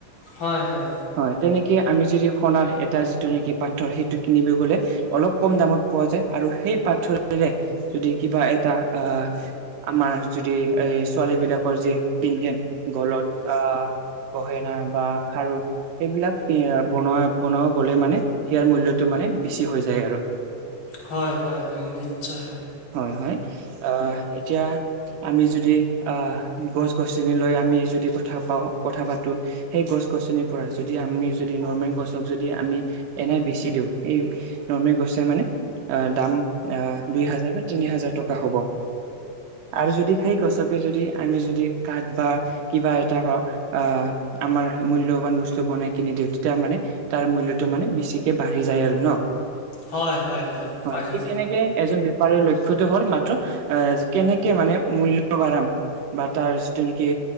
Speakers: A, on the left; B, on the right.
A: হয় হয়।
B: হয় তেনেকে আমি যদি সোণাৰ এটা যিটো নেকি পাথৰ সেইটো কিনিব গলে। অলপ কম দামত পোৱা যায় আৰু সেই পাথৰেৰে যদি কিবা এটা আহ। আমাৰ যদি এই ছোৱালী বিলাকৰ যি পিন্ধে গলত আহ। গহেনা বা খাৰু, সেইবিলাক বনোৱা বনোৱা গলে মানে সিয়াৰ মূল্যটো মানে বেছি হৈ যায় আৰু,
A: হয় হয় হয় নিশ্চয় হয়।
B: হয় হয় আ এতিয়া, আমি যদি আহ গছ গছনি লৈ আমি যদি কথা পাওঁ কথা পাতো, সেই গছ গছনিৰ পৰা যদি আমি যদি নৰ্মেল গছক যদি আমি এনেই বেচি দিওঁ সেই, নৰ্মেল গছে মানে অ দাম আহ দুই হাজাৰ বা তিনি হাজাৰ টকা হ'ব। আৰু যদি সেই গছকে যদি আমি যদি কাঠ বা, কিবা এটা আহ আমাৰ মূল্যবান বস্তু বনাই কিনি দিওঁ তেতিয়া মানে, তাৰ মূল্যটো মানে বেছিকে বাঢ়ি যায় আৰু ন,
A: হয়, হয়,
B: হয়
A: বাঢ়ি
B: ঠিক
A: যায়।
B: তেনেকে এজন বেপাৰীৰ লক্ষ্যটো হ'ল মাত্ৰ, আহ কেনেকে মানে মূল্য বাঢ়াম। বা তাৰ যিটো নেকি